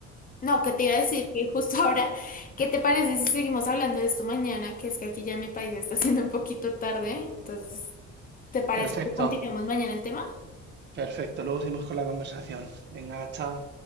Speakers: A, on the left (about 30°); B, on the right (about 35°).
A: no, que te iba a decir que justo ahora, ¿qué te parece si seguimos hablando de esto mañana? Que es que aquí ya en mi país está siendo un poquito tarde, entonces, ¿te parece
B: Perfecto,
A: que continuemos mañana el tema?
B: perfecto. Luego seguimos con la conversación. Venga, chao.